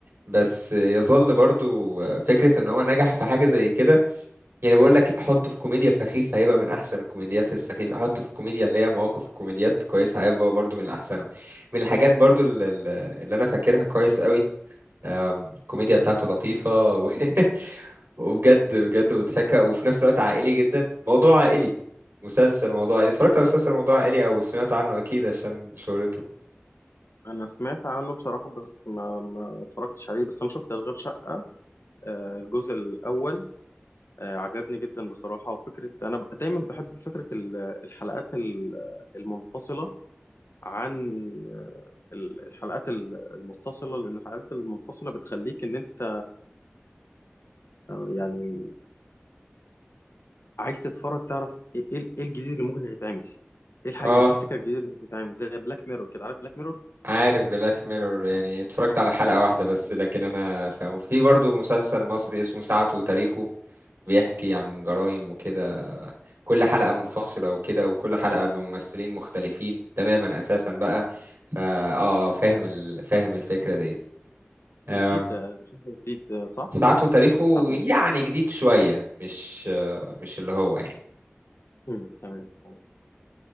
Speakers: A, on the right; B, on the left.
A: بس يظل برضو فكرة إن هو نجح في حاجة زي كده يعني بقول لك حطه في كوميديا سخيفة هيبقى من أحسن الكوميديات السخيفة حطه في كوميديا اللي هي مواقف الكوميديات كويسة هيبقى برضو من أحسنهم من الحاجات برضو ال- ال- اللي أنا فاكرها كويس قوي آم، الكوميديا بتاعته لطيفة و- <laughs> وبجد بجد مضحكة وفي نفس الوقت عائلي جدا موضوع عائلي مسلسل موضوع عائلي اتفرجت على مسلسل موضوع عائلي أو سمعت عنه أكيد عشان شهرته
B: انا سمعت عنه بصراحه بس ما ما اتفرجتش عليه بس انا شفت اشغال شقه آه، الجزء الاول آه، عجبني جدا بصراحه وفكره انا ب- دايما بحب فكره ال- الحلقات ال- المنفصله عن آه، ال- الحلقات ال- المتصله لان الحلقات المنفصله بتخليك ان انت يعني عايز تتفرج تعرف ايه إيه- إيه الجديد اللي ممكن هيتعمل ايه الحاجه
A: اه
B: ايه الفكره الجديده اللي هتتعمل زي بلاك ميرور كده عارف بلاك ميرور
A: عارف بلاك ميرور يعني اتفرجت على حلقة واحدة بس لكن انا فاهمه في برضو مسلسل مصري اسمه ساعته وتاريخه بيحكي عن جرائم وكده كل حلقة
B: اه
A: منفصلة وكده وكل حلقة بممثلين مختلفين تماما اساسا بقى فا اه فاهم ال... فاهم الفكرة ديت أم،
B: ده جديد ده المسلسل الجديد آه، صح
A: ساعته وتاريخه
B: بتاعته
A: يعني جديد شوية مش مش اللي هو يعني
B: امم تمام تمام